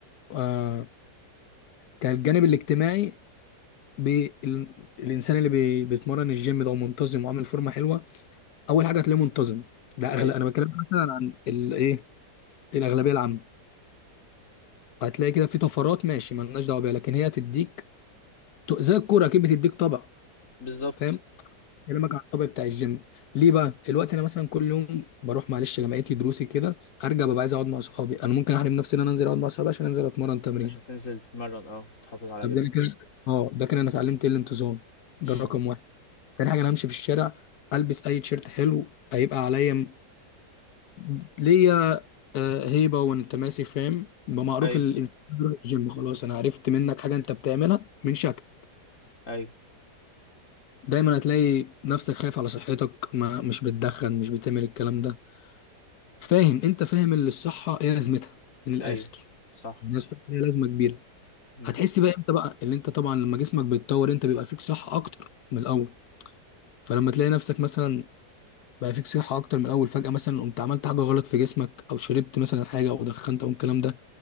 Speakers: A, on the left; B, on the left.
A: آه كان الجانب الاجتماعي بي ال- الإنسان اللي بي بيتمرن الجيم ده ومنتظم وعامل فورمة حلوة أول حاجة هتلاقيه منتظم ده أغلى
B: ايوه
A: أنا بتكلم مثلا عن الإيه الأغلبية العامة هتلاقي كده في طفرات ماشي مالناش دعوة بيها لكن هي تديك ت- زي الكورة أكيد بتديك طبع
B: بالظبط
A: فاهم كلامك عن الطبيعي بتاع الجيم ليه بقى الوقت انا مثلا كل يوم بروح معلش جامعتي دروسي كده ارجع ببقى عايز اقعد مع صحابي انا ممكن احرم نفسي ان انا انزل اقعد مع صحابي عشان انزل اتمرن تمرين
B: عشان تنزل تتمرن اه تحافظ على
A: طب
B: جسمك
A: ده أنا كده اه ده كده انا اتعلمت ايه الانتظام ده
B: امم
A: الرقم واحد تاني حاجه انا همشي في الشارع البس اي تيشيرت حلو هيبقى عليا م- ليا آه، هيبه وانت ماشي فاهم ما معروف
B: ايوه
A: ال- الإنسان بيروح الجيم خلاص انا عرفت منك حاجه انت بتعملها من شكل
B: ايوه
A: دايما هتلاقي نفسك خايف على صحتك ما مش بتدخن مش بتعمل الكلام ده فاهم انت فاهم اللي الصحه ايه لازمتها من الاخر
B: أيوه صح،
A: يعني الصحه ليها لازمه كبيره
B: إمم،
A: هتحس بقى امتى بقى اللي انت طبعا لما جسمك بيتطور انت بيبقى فيك صحه اكتر من الاول فلما تلاقي نفسك مثلا بقى فيك صحه اكتر من الاول فجاه مثلا قمت عملت حاجه غلط في جسمك او شربت مثلا حاجه او دخنت او الكلام ده